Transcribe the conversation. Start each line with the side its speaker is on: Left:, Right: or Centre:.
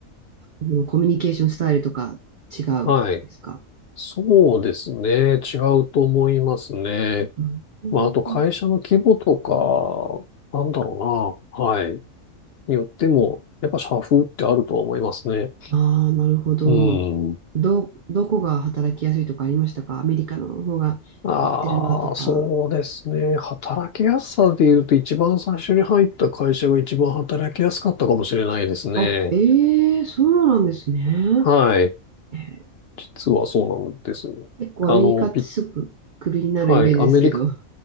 Right: うん、コミュニケーションスタイルとか違うですか
Left: はい。そうですね。違うと思いますね。
Right: うんうん
Left: まあ、あと会社の規模とか、なんだろうな。はい。によっても、やっぱ社風ってあるとは思いますね。
Right: ああー、なるほど。
Left: うん。
Right: ど、どこが働きやすいとかありましたかアメリカの方が合ってるなとか。
Left: ああ、そうですね。働きやすさで言うと、一番最初に入った会社が一番働きやすかったかもしれないですね。
Right: あ、ええそうなんですね。
Left: はい。
Right: えー
Left: 実はそうなんです。
Right: 結構アメリカってすぐクビになるイメージですけど。
Left: あの、ピ、はい。アメリカ、